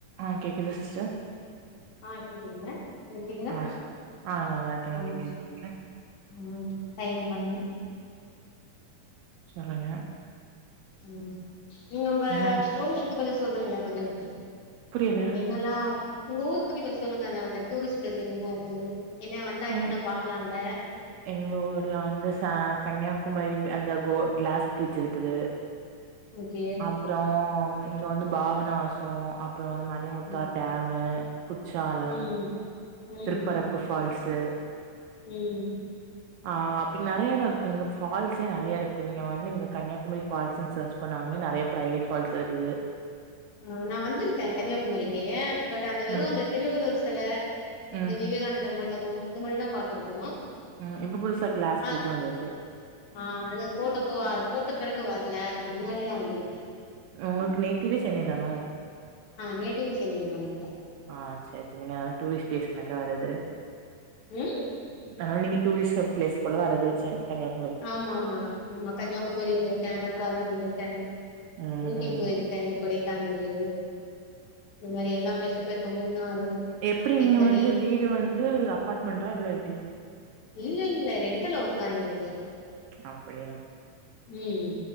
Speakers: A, on the right; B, on the left.
A: ஆ கேக்குது சிஸ்டர்
B: ஆ கேக்குதுங்க உங்களுக்கு கேக்குதா
A: ஆ சார் ஆ நல்லா இருக்கே நீங்க
B: ஆ
A: எப்டி இருக்கீங்க
B: ம் சைன் பண்ணு
A: சொல்லுங்க
B: ம் நீங்க உங்க
A: என்ன
B: ஃபோன பத்தி கொஞ்ச சொல்லுங்ளே கொஞ்சோ
A: புரியல
B: நீங்க இன் நல்லா உங்க ஊர பத்தி கொஞ்ச சொல்லுங்கன்னா அந்த டூரிஸ்ட் பிளேஸ்ஸு என்னென்ன இருக்கு என்ன வந்தா என்னென்ன
A: எங்
B: பாக்கலா அங்க
A: எங்க ஊரல வந்து ச கன்னியாகுமரி அந்த கோ க்ளாஸ் ப்ரிட்ஜு இருக்குது
B: ஓகே என்
A: அப்றோ இங்க வந்து பாவநாசோ அப்பறோ வந்து ம மணிமுத்தார்
B: ம்
A: டேமு குட்றாலம்
B: ம் ம்
A: திருப்புறப்போ ஃபால்ஸு
B: ம்
A: ஆ அப்டி நெறையா தா இருக்கு இங்க பால்ஸே நெறையா இருக்கு நீங்க வந்து இங்க கன்னியாகுமரி ஃபால்ஸ்ன்னு சர்ச் பண்ணாங்களே நெறையா ப்ரைவேட் ஃபால்ஸ் இருக்குது
B: ஆ நா வந்துருக்கே கன்னியாகுமரிக்கு பட் அந்த வெறு
A: ம்
B: அந்த திருவள்ளூர் செல
A: ம்
B: அந்த விவேகானந்தர் மண்டபம் அது மாதிரிதா பாத்துருக்கோ
A: ம் இப்ப புதுசா க்ளாஸ்
B: ஆ
A: பிரிட்ஜ் ஒன்னு இருக்கு
B: ஆ அது போட்டப்போ அ போட்ட பெறகு வர்ல அதுக்கு முன்னாடிதா வந்துருக்கே
A: ஒங்களுக்கு நேட்டிவ்வே சென்னை தானா
B: ஆ நேட்டிவ் சென்னை தானுங்க
A: ஆ சேர் செர் நீங்க டூரிஸ்ட் பிலேஸ்னக்கா வருது
B: ம்
A: ஆனா நீங்க டூரிஸ்டர் பிளேஸ் ஒண்ணு வராது சென் சென்னைல
B: ஆமா ஆமா ஆமா கன்னியாகுமரி வந்துருக்கே குற்றாலம் வந்துருக்கேன்
A: ம்
B: ஊட்டி
A: ம்
B: போயிருக் க கொடைக்கானலு இந்த மாரி எல்லா பிளேசும் போயிருக்க மூணாறு
A: எப்டி
B: தேக்கடி
A: நீங்க வந்து வீடு வந்து அப்பார்ட்மெண்ட்டா இல்ல எப்டி
B: இல்லல்ல ரெண்டல் ஹவுஸ் தா எங்கள்க்கு
A: அப்படியா
B: ம்